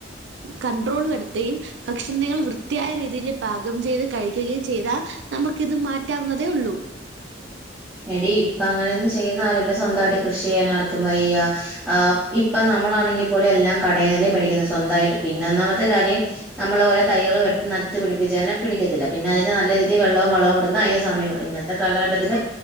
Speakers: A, on the right; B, in the centre.
A: കൺണ്ട്രോള് വരുത്തുകയും ഭക്ഷണങ്ങൾ വൃത്തിയായ രീതിയിൽ പാകം ചെയ്ത് കഴിക്കുകയും ചെയ്താ നമുക്കിത് മാറ്റാവുന്നതേ ഉള്ളൂ
B: എടി ഇപ്പൊ അങ്ങനെയൊന്നും ചെയ്യുന്ന ആരുംല്ല സ്വന്തമായിട്ട് കൃഷി ചെയ്യാനാർക്കും വയ്യ ആഹ് ഇപ്പ നമ്മളാണെങ്കിൽ പോലും എല്ലാം കടേന്നല്ലേ മേടിക്കുന്നത് സ്വന്തമായിട്ട് പിന്നെ ഒന്നാമത്തെ കാര്യം നമ്മളോരോ തൈകള് വെ് നട്ടു പിടിപ്പിച്ച തന്ന പിടിക്കത്തില്ല പിന്നെ അതിന് നല്ല രീതിൽ വെള്ളവും വളവും കൊടുക്കണം അതിന് സമയം എട് ഇന്നത്തെ കാലഘട്ടത്തില്